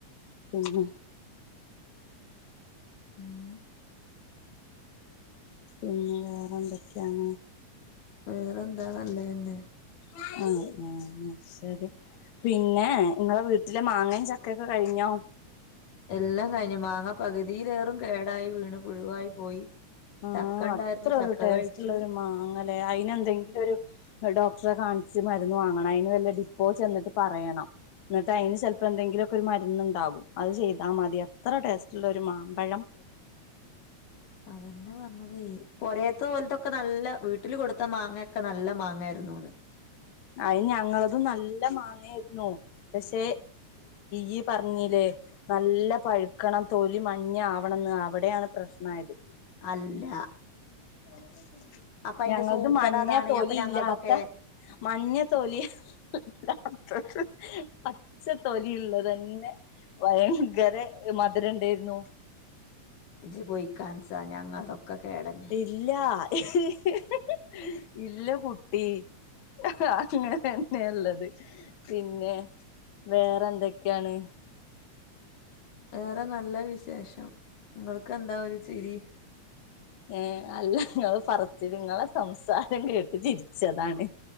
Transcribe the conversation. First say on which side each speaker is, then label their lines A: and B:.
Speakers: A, on the left; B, on the left.
A: പിന്നെ <unintelligible>
B: ഉമ്മ്
A: പിന്നെ വേറെന്തൊക്കെയാണ്
B: വേറെന്താനല്ലതന്നെ
A: <unintelligible> ഉ ശരി പിന്നെ നിങ്ങളെ വീട്ടിലെ മാങ്ങയും ചക്കയൊക്കെ കഴിഞ്ഞോ
B: എല്ലാം കഴിഞ്ഞു മാങ്ങ പകുതിയിലേറും കേടായി വീണു പുഴുവായി പോയി
A: ആഹ
B: ചക്ക ഉണ്ടായിരുന്നു
A: അത്ര
B: ചക്ക
A: ഒരു ടേസ്റ്റള്ള
B: കഴിച്ചു
A: ഒരു മാങ്ങല്ലേ അയിന് എന്തെങ്കിലും ഒരു ഡോക്ടറെ കാണി <unintelligible> മരുന്ന് വാങ്ങണം അതിന് വല്ല ഡിപ്പോ ചെന്നിട്ട് പറയണം എന്നിട്ട് അതിന് ചിലപ്പോ എന്തെങ്കിലുമൊക്കെ ഒരു മരുന്ന്ണ്ടാകും അത് ചെയ്താൽ മതി എത്ര ടേസ്റ്റ്ള്ള ഒരു മാമ്പഴം
B: അതന്നെ പറഞ്ഞതെ പൊരേത്ത പോലത്തൊക്കെ നല്ല വീട്ടില് കൊടുത്ത മാങ്ങൊക്കെ നല്ല മാങ്ങായിരുന്നുന്ന്
A: അത് ഞങ്ങളതും നല്ല മാങ്ങായിരുന്നു പക്ഷെ ഈ പറഞ്ഞില്ലേ നല്ല പഴുക്കണം തൊലി മഞ്ഞ ആവണന്ന് അവിടെയാണ് പ്രശ്നമായത്
B: അല്ല
A: <inaudible>
B: അപ്പൊ അയിന്റെ
A: ഞങ്ങളത്
B: സൂക്കെട്
A: മഞ്ഞ
B: അതാണ്
A: തൊലി
B: അപ്പൊ ഞങ്ങതൊക്കെ
A: ഇല്ലാത്ത മഞ്ഞ തൊലി ഇല്ലാത്തത് പച്ച തൊലിയുള്ളത് തന്നെ ഭയങ്കര മധുര ഉണ്ടായിരുന്നു
B: ഇജ്ജ് പോയി കാണിച്ച് താ ഞങ്ങളതൊ ഒക്കെ കേടന്നെയാ
A: ഇല്ല <unintelligible> ഇല്ല കുട്ടി <unintelligible> അങ്ങനെ തന്നെയാ ഇള്ളത് പിന്നെ വേറെ എന്തൊക്കെയാണ്
B: വേറെ നല്ല വിശേഷം നിങ്ങൾക്ക് എന്താ ഒരു ചിരി
A: ങ്ങേ അല്ല നിങ്ങൾ പറച്ചിൽ നിങ്ങളെ സംസാരം കേട്ട് ചിരിച്ചതാണ്